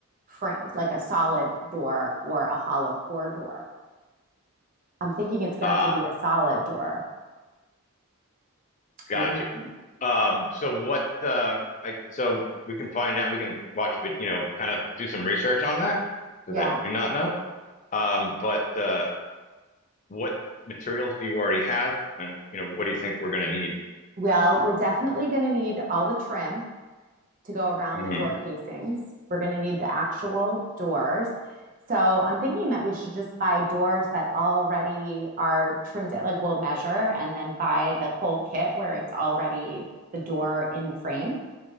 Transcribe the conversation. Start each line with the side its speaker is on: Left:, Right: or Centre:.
Right: fr- like a solid door or a hollow core door. I'm thinking it's going
Left: Ah,
Right: to have to be a solid door.
Left: got
Right: What do you
Left: you.
Right: think?
Left: Um, so what? Uh, I so we can find out. We can watch, vid- you know, kind of do some research on that because
Right: Yeah.
Left: I do not know. Um, but uh, what materials do you already have, and you know what do you think we're going to need?
Right: Well, we're definitely going to need all the trim to go around
Left: hmm
Right: the door casings. We're going to need the actual doors. So I'm thinking that we should just buy doors that already are trimmed, like we'll measure and then buy the whole kit where it's already the door in the frame